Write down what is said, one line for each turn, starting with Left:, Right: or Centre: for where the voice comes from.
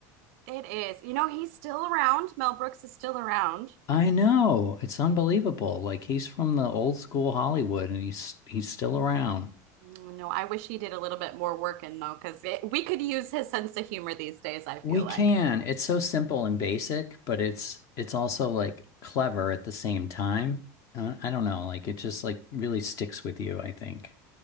Right: It is. You know, he's still around. Mel Brooks is still around.
Left: I know. It's unbelievable. Like he's from the old school Hollywood and he's he's still around.
Right: Mm, No, I wish he did a little bit more work in though, because we could use his sense of humor these days, I feel
Left: We
Right: like.
Left: can. It's so simple and basic, but it's it's also like clever at the same time. Uh, I don't know, like it just like really sticks with you, I think.